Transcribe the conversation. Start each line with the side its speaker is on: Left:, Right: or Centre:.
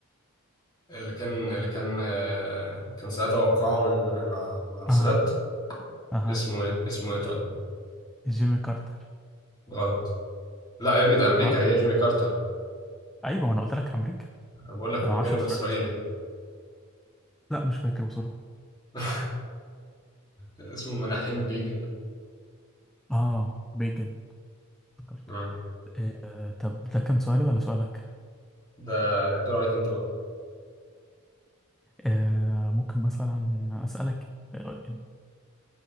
Left: اللي كان اللي كان آه، كان ساعتها وقعه من مع مع السادات
Centre: اها اها
Left: اسمه ايه اسمه ايه طيب
Centre: جيمي كارتر
Left: غلط لا يا ابني ده امريكا
Centre: غلط
Left: هي جيمي كارتر
Centre: ايوه ما انا قلت لك امريكا
Left: انا بقول لك
Centre: انا
Left: الجانب
Centre: ما اعرفش بسرعه
Left: الاسرائيلي
Centre: بصراحه لا مش فاكر بسرعه
Left: <laughs> اسمه مناحيم بيجن
Centre: اه بيجن افتكرت
Left: آه.
Centre: آه آه، طب ده كان سؤالي ولا سؤالك
Left: ده الدور عليك انت بقى
Centre: آه ممكن مثلا اسالك آه،